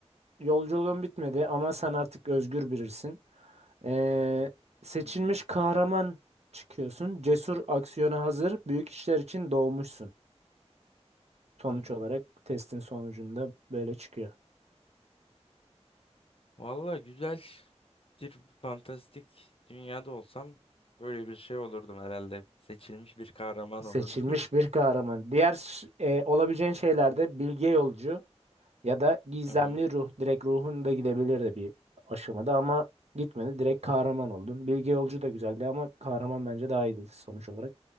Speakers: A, on the right; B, on the left.
A: yolculuğun bitmedi ama sen artık özgür birisin. E, seçilmiş
B: Hı hı,
A: kahraman çıkıyorsun. Cesur aksiyona hazır. Büyük işler için doğmuşsun. Sonuç
B: hı hı.
A: olarak testin sonucunda böyle çıkıyor.
B: Valla güzel bir fantastik dünyada olsam böyle bir şey olurdum herhalde. Seçilmiş bir kahraman
A: Seçilmiş
B: olurdum.
A: bir kahraman. Diğer s- e, olabileceğin şeylerde bilge yolcu ya da gizemli
B: <laughs> Hı hı,
A: ruh. Direkt ruhun da gidebilirdi bir aşamada ama gitmedi. Direkt kahraman oldun. Bilge yolcu da güzeldi ama kahraman bence daha iyiydi sonuç olarak.